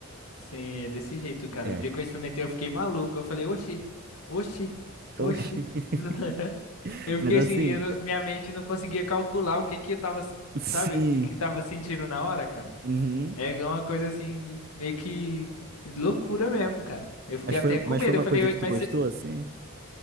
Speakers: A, on the left; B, on the right.
A: Sim, é desse jeito, cara.
B: É.
A: O dia que eu experimentei, eu fiquei maluco. Eu falei, oxi, oxi, oxi.
B: Oxi.
A: <laughs>
B: <laughs>
A: Eu
B: Mas
A: fiquei
B: assim,
A: assim, eu não- minha mente não conseguia calcular o que que eu tava,
B: sim.
A: sabe, o que que tava sentindo na hora, cara.
B: Uhum.
A: É uma coisa assim, de- meio que loucura mesmo, cara. Eu fiquei
B: Mas foi,
A: até com
B: mas
A: medo.
B: foi uma
A: Eu falei,
B: coisa que
A: mas,
B: tu gostou,
A: cê-
B: assim?